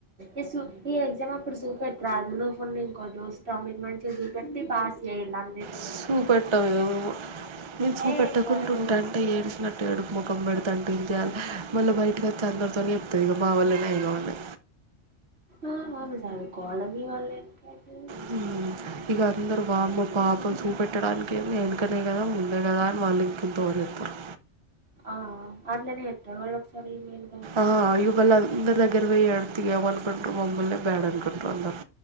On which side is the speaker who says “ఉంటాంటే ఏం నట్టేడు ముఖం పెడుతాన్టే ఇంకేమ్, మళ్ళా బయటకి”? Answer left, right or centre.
Right